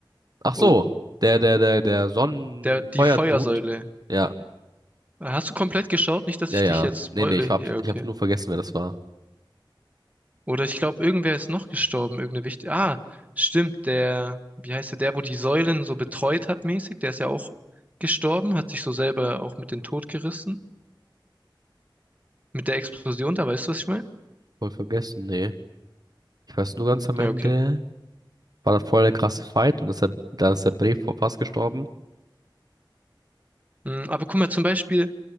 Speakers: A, on the right; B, on the right.
A: Ach so,
B: Oh,
A: der, der, der, der Sonnenfeuer-Dude.
B: der, die Feuersäule.
A: Ja,
B: Hast du komplett geschaut? Nicht, dass
A: ja,
B: ich
A: ja.
B: dich jetzt spoile
A: Nee, nee, ich
B: hier,
A: hab,
B: okay.
A: ich hab nur vergessen, wer das war.
B: Oder ich glaube, irgendwer ist noch gestorben, irgendeine wichtige. Ah, stimmt, der, wie heißt der, der, wo die Säulen so betreut hat, mäßig, der ist ja auch gestorben, hat sich so selber auch mit dem Tod gerissen. Mit der Explosion, da weißt du, was ich meine?
A: Voll vergessen, nee. Ich weiß nur ganz am Ende,
B: Ja, okay.
A: war da voll der krasse Fight und ist der, da ist der Brave vor fast gestorben.
B: Mm, Aber guck mal, zum Beispiel,